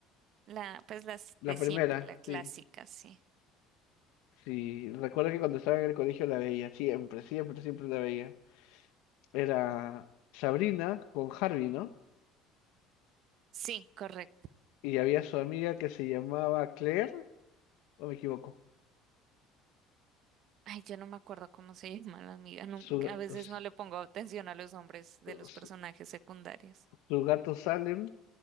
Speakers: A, on the right (about 55°); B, on the left (about 75°).
A: la, pues las
B: la
A: de
B: primera,
A: siempre, la clásica,
B: sí.
A: sí.
B: Sí, recuerdo que cuando estaba en el colegio la veía, siempre, siempre, siempre la veía. Era Sabrina con Harvey, ¿no?
A: Sí, correcto.
B: Y había su amiga que se llamaba Claire, o me equivoco,
A: Ay, yo no me acuerdo cómo se llama la amiga. Nunca,
B: su, ga-
A: a veces
B: su,
A: no le pongo atención a los nombres de los
B: su-
A: personajes secundarios.
B: su gato Salem,